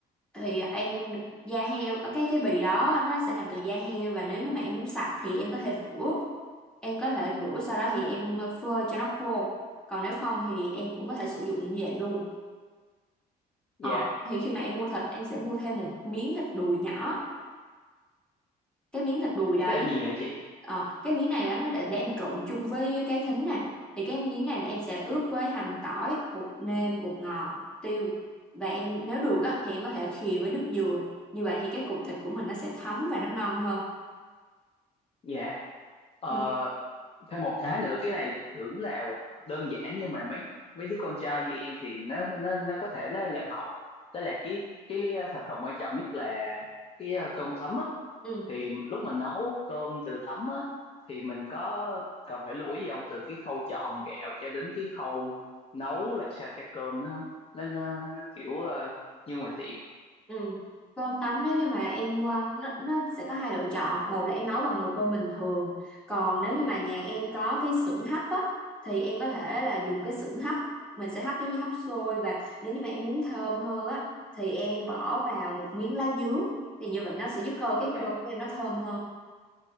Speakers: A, in the centre; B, on the left.
A: thì em da heo ờ, cái cái bì đó nó sẽ làm từ da heo và nếu như mà em muốn sạch thì em có thể rửa em có thể rửa sau đó thì em phơi cho nó khô còn nếu không thì em cũng có thể sử dụng như vậy luôn
B: dạ
A: Ờ, thì khi mà em mua thịt em sẽ mua thêm một miếng thịt đùi nhỏ cái miếng thịt đùi đấy
B: để làm gì hả chị
A: Ờ, cái miếng này là nó để, để em trộn chung với cái thính nè thì cái miếng này là em sẽ ướp với hành tỏi bột nêm bột ngọt tiêu và em nếu được á thì em có thể khìa với nước dừa như vậy thì cái cục thịt của mình nó sẽ thấm và nó ngon hơn
B: dạ ờ,
A: Ừ.
B: thêm một cái nữa cái này tưởng là đơn giản nhưng mà mấy mấy đứa con trai như em thì nó nó nó có thể nó làm hỏng đó là cái cái ờ, thành phần quan trọng nhất là cái ờ, cơm tấm á
A: Ừ.
B: thì lúc mình nấu cơm từ tấm á thì mình có cần phải lưu ý gì không từ cái khâu chọn gạo cho đến cái khâu nấu làm sao cho cơm nó nó nó, nó kiểu ờ, như ngoài tiệm
A: Ừ. Cơm tấm nếu như mà em ờ, nó nó sẽ có hai lựa chọn một là em nấu bằng nồi cơm bình thường còn nếu như mà nhà em có cái xửng hấp á thì em có thể là dùng cái xửng hấp mình sẽ hấp giống như hấp xôi và nếu như mà em muốn thơm hơn á thì em bỏ vào một miếng lá dứa thì như vậy nó sẽ giúp cơ cái
B: dạ
A: cơm của em nó thơm hơn